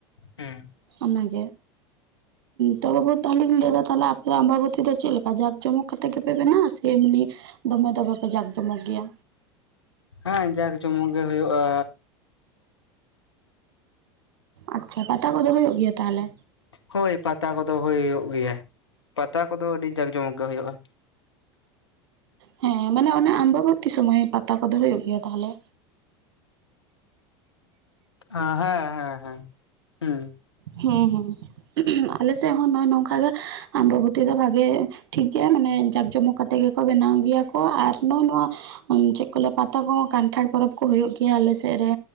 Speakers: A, on the left (about 80°); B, on the right (about 60°).
A: ᱦᱩᱸ᱾
B: ᱚᱱᱟᱜᱮ᱾ ᱛᱚ ᱵᱟᱹᱵᱩ ᱛᱟᱦᱞᱮᱧ ᱞᱟᱹᱭ ᱫᱟ, ᱛᱟᱦᱞᱮ ᱟᱯᱮᱭᱟᱜ ᱟᱢᱵᱟᱵᱚᱛᱤ ᱫᱚ ᱪᱮᱫ ᱞᱮᱠᱟ ᱡᱟᱠ-ᱡᱚᱢᱚᱠ ᱠᱟᱛᱮᱜ ᱜᱮᱯᱮ ᱵᱮᱱᱟᱜᱣᱟ ᱥᱮ ᱮᱢᱱᱤ ᱫᱚᱢᱮ ᱫᱚ ᱵᱟᱯᱮ ᱡᱟᱠᱼᱡᱚᱢᱚᱠ ᱜᱮᱭᱟ?
A: ᱦᱮᱸ ᱡᱟᱠ-ᱡᱚᱢᱚᱠ ᱜᱮ ᱦᱩᱭᱩᱜᱼᱟ᱾
B: ᱟᱪᱪᱷᱟ ᱯᱟᱛᱟ ᱠᱚᱫᱚ ᱦᱩᱭᱩᱜ ᱜᱮᱭᱟ ᱛᱟᱦᱞᱮ?
A: ᱦᱳᱭ, ᱯᱟᱛᱟ ᱠᱚᱫᱚ ᱦᱩᱭᱩᱜ ᱜᱮᱭᱟ᱾ ᱯᱟᱛᱟ ᱠᱚᱫᱚ ᱟᱹᱰᱤ ᱡᱟᱠᱼᱡᱚᱢᱚᱠ ᱜᱮ ᱦᱩᱭᱩᱜᱼᱟ᱾
B: ᱦᱮᱸ ᱢᱟᱱᱮ ᱚᱱᱟ ᱟᱢᱵᱟᱵᱚᱛᱤ ᱥᱚᱢᱚᱭ ᱯᱟᱛᱟ ᱠᱚᱫᱚ ᱦᱩᱭᱩᱜ ᱜᱮᱭᱟ ᱛᱟᱦᱞᱮ?
A: ᱟ ᱦᱮᱸ ᱦᱮᱸ ᱦᱮᱸ ᱦᱩᱸ᱾
B: ᱦᱩᱸ ᱦᱩᱸ ᱟᱞᱮ ᱥᱮᱫ ᱦᱚᱸ ᱱᱚᱜᱼᱚᱭ ᱱᱚᱝᱠᱟ ᱜᱮ ᱟᱢᱵᱚᱵᱛᱤ ᱫᱚ ᱵᱷᱟᱜᱮ ᱴᱷᱤᱠ ᱜᱮᱭᱟ ᱢᱟᱱᱮ, ᱡᱟᱠ-ᱡᱚᱢᱚᱠ ᱠᱟᱛᱮ ᱜᱮᱠᱚ ᱵᱮᱱᱟᱣ ᱜᱮᱭᱟ ᱠᱚ ᱟᱨ ᱱᱚᱜᱼᱚᱭ ᱱᱚᱣᱟ ᱩᱸ ᱪᱮᱫ ᱠᱚ ᱞᱟᱹᱭᱟ ᱯᱟᱛᱟ ᱠᱚ ᱠᱟᱱᱴᱷᱟᱲ ᱯᱚᱨᱚᱵᱽ ᱠᱚ ᱦᱩᱭᱩᱜ ᱜᱮᱭᱟ ᱟᱞᱮ ᱥᱮᱫ ᱨᱮ᱾